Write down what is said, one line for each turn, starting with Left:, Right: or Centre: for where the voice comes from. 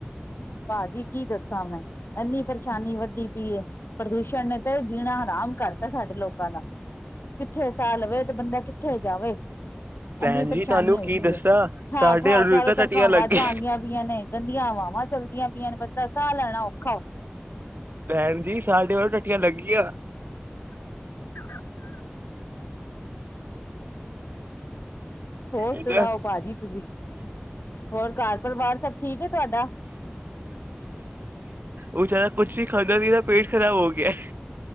Left: ਭਾਜੀ ਕੀ ਦੱਸਾਂ ਮੈਂ ਇੰਨੀ ਪਰੇਸ਼ਾਨੀ ਵੱਧਦੀ ਪਈ ਏ। ਪ੍ਰਦੂਸ਼ਣ ਨੇ ਤਾਂ ਜੀਣਾ ਹਾਰਾਮ ਕਰਤਾ ਸਾਡੇ ਲੋਕਾਂ ਦਾ ਕਿੱਥੇ ਸਾਹ ਲਵੇ ਤੇ ਬੰਦਾ ਕਿੱਥੇ ਜਾਵੇ।
Right: ਭੈਣ
Left: ਏਨੀ ਪਰੇਸ਼ਾਨੀ
Right: ਜੀ ਤੁਹਾਨੂੰ
Left: ਹੋਈ
Right: ਕੀ
Left: ਪਈ
Right: ਦੱਸਾਂ
Left: ਏ। ਠਾਹ-ਠਾਹ
Right: ਸਾਡੇ ਅਰੁਤਾ
Left: ਚਾਰੋ ਤਰਫਾ
Right: ਟਟੀਆਂ
Left: ਆਵਾਜ਼ਾਂ
Right: ਲੱਗੀ
Left: ਆਂਦੀ ਪਈਆਂ ਨੇ ਗੰਦੀਆਂ ਹਵਾਵਾਂ ਚੱਲ <unintelligible> ਪਯੀਆਂ ਨੇ ਬੰਦਾ ਸਾਹ ਲੈਣਾ ਉਖ
Right: ਭੈਣ ਜੀ ਸਾਡੇ ਵ ਟੀਆਂ ਲੱਗੀਆਂ।
Left: <unintelligible> ਹੋਰ
Right: ਇਧਰ
Left: ਸੁਣਾਓ ਭਾਜੀ ਤੁਸੀਂ, ਹੋਰ ਘਰ ਪਰਿਵਾਰ ਸਭ ਠੀਕ ਏ ਤੁਹਾਡਾ।
Right: ਔ ਵਿਚਾਰਾ ਕੁਛ ਵੀ ਖਾਂਦਾ ਪਯਾ ਪੇਟ ਖਰਾਬ ਹੋ ਗਿਆ।